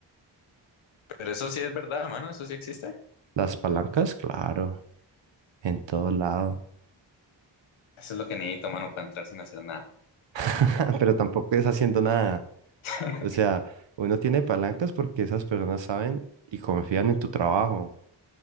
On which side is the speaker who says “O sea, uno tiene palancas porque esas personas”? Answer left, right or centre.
Right